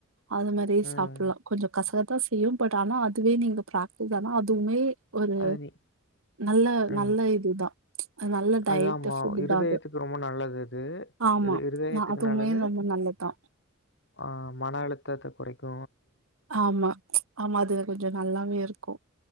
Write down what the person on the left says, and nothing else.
ம்.
அது நி
அ
அது
ஆமா
இருதயத்துக்கு
ரொம்ப நல்லது
அது இருதய
த்துக்கு
நல்லது
ஆ மன அழு தத்த குறைக்கு